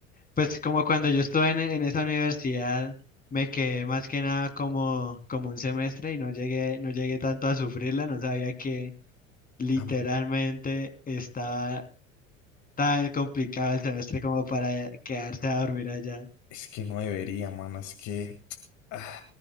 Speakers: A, on the left (about 20°); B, on the left (about 50°).
A: Pues como cuando yo estuve en, en esa universidad, me quedé más que nada como, como un semestre y no llegué, no llegué tanto a sufrirla, no sabía que Literalmente
B: Ah,
A: está tan complicado el semestre como para quedarse a dormir allá.
B: es que no debería, mano, es que, ah,